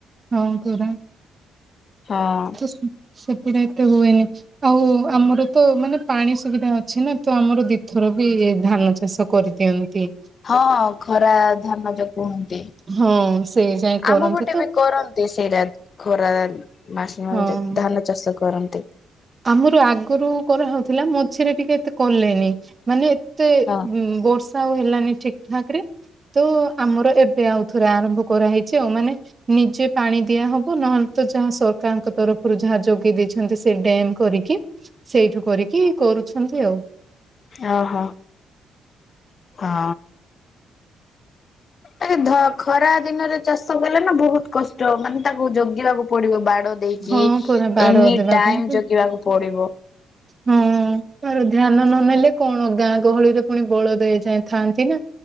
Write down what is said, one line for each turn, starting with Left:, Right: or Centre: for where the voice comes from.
Right: ହଁ ପୁରା
Left: ହଁ
Right: ତ ସେପଟା ଏତେ ହୁଏନି। ଆଉ ଆମର ତ ମାନେ ପାଣି ସୁବିଧା ଅଛି ନା ତ, ଆମର ଦିଥର ବି ଧାନ ଚାଷ କରି ଦିଅନ୍ତି।
Left: ହଁ। ଖରା ଧାନ, ଯ। କୁହନ୍ତି,
Right: ହଁ ସେଇ ଯାଏ କରନ୍ତି
Left: ଆମ ପଟେ
Right: ତ
Left: ବି କରନ୍ତି ସେଇଟା। ଖରା ମାସ ମାନେ
Right: ହଁ।
Left: ଧାନ ଚାଷ କରନ୍ତି।
Right: ଆମର ଆଗରୁ କରାହଉଥିଲା, ମଝିରେ ଟିକେ ଏତେ କଲେନି। ମାନେ ଏତେ
Left: ହଁ
Right: ବର୍ଷା ଆଉ ହେଲାନି ଠିକ ଠାକ ରେ। ତ ଆମର ଏବେ ଆଉ ଥରେ ଆରମ୍ଭ କରାହେଇଛି। ଆଉ ମାନେ ନିଜେ ପାଣି ଦିଆ ହବ। ନହେଲେ ତ ଯାହା ସରକାରଙ୍କ ତରଫରୁ ଯାହା ଯୋଗେଇ ଦେଇଛନ୍ତି ସେ ଡ୍ୟମ୍ କରିକି, ସେଇଠୁ କରିକି କରୁଛନ୍ତି ଆଉ।
Left: ଅ ହଁ ହଁ। ଏ ଖରା ଦିନରେ ଚାଷ କଲେ ନା ବହୁତ କଷ୍ଟ ମାନେ ତାକୁ ଜଗିବାକୁ ପଡିବ ବାଡ ଦେଇକି
Right: ହଁ ପରା ବାଡ଼
Left: ଏନି
Right: ଦେବା
Left: ଟାଇମ
Right: ପାଇଁ ତ।
Left: ଜଗିବାକୁ ପଡିବ।
Right: ହଁ ହଁ ଆାର ଧ୍ୟାନ ନନେଲେ କଣ ଗାଁ ଗହଳିରେ ପୁଣି ବଳ ଦେଇ ଯାଇଥାନ୍ତି ନା।